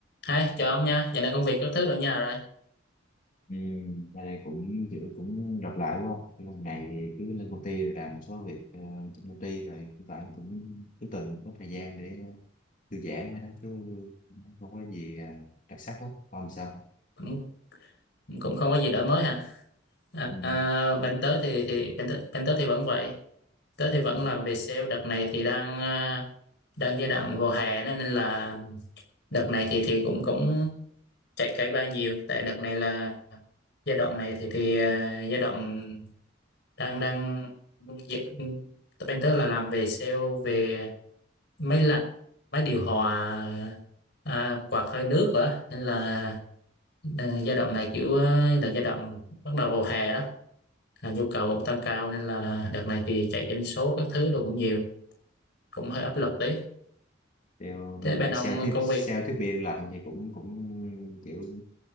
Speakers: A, on the left; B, on the left.
A: Hi, chào ông nha. Giờ này công việc các thứ rồi nhà rồi.
B: Ừ, bên này cũng kiểu cũng lặp lại quá không? Cái Lần này thì cứ lên công ty rồi làm một số việc ờ, trên công ty rồi hiện tại em cũng cứ từng có thời gian để thư giãn với đó chứ không có gì ờ, đặc sắc hết không sao
A: Cũng cũng không có gì đổi mới hả? À,
B: ừ.
A: à, bên tớ thì thì bên tớ, bên tớ thì vẫn vậy. Tớ thì vẫn làm về sale. Đợt này thì đang à, đang giai đoạn vào hè nên nên là đợt này thì thì cũng cũng chạy cây ba nhiều. Tại đợt này là giai đoạn này thì thì à, giai đoạn đang đang dạ, bên tớ là làm về sale về máy lạnh, máy điều hòa, à, quạt hơi nước rồi á. Nên là Ờ, giai đoạn này kiểu ờ, là giai đoạn bắt đầu vào hè đó là nhu cầu cũng tăng cao nên là đợt này thì chạy doanh số các thứ đồ cũng nhiều cũng hơi áp lực tí
B: Điều
A: thế
B: bên
A: bên
B: mạng
A: ông
B: sale thiết
A: công
B: sale
A: việc
B: thiết bị lạnh thì cũng cũng kiểu